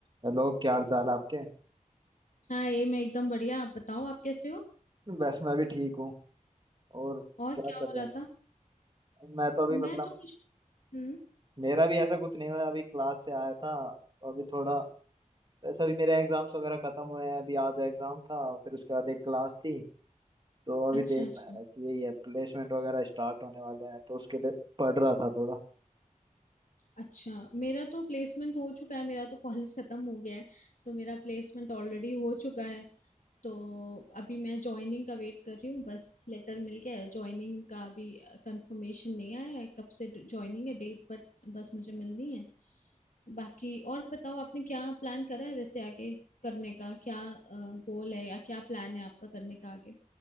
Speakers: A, on the right; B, on the left.
A: Hello क्या हाल चाल आपके
B: हाँ ये मैं एकदम बढ़िया आप बताओ आप कैसे हो
A: बस मैं भी ठीक हूँ और
B: और
A: क्या
B: क्या
A: कर
B: हो
A: रहे
B: रहा
A: हैं
B: था
A: मैं तो अभी मतलब
B: मैं तो कुछ हम्म
A: मेरा भी ऐसा कुछ नहीं हुआ है। अभी क्लास से आया था तो अभी थोड़ा वैसे अभी मेरे एग्जाम्स वगैरह खत्म हुए हैं अभी आज एग्जाम था फिर उसके बाद एक क्लास थी तो अभी
B: अच्छा
A: देखना
B: अच्छा
A: है बस यही है प्लेसमेंट वगैरह स्टार्ट होने वाले हैं तो उसके लिए पढ़ रहा था थोड़ा
B: अच्छा मेरा तो प्लेसमेंट हो चुका है मेरा तो कॉलेज खत्म हो गया है तो मेरा प्लेसमेंट ऑलरेडी हो चुका है तो अभी मैं ज्वाइनिंग का वेट कर रही हूँ बस लेटर मिल गया है ज्वाइनिंग का अभी कंफर्मेशन नहीं आया है कब से ज्वाइनिंग है डेट बट बस मुझे मिलनी है बाकी और बताओ आपने क्या प्लान करा है वैसे आगे करने का क्या गोल है या क्या प्लान है आपका करने का आगे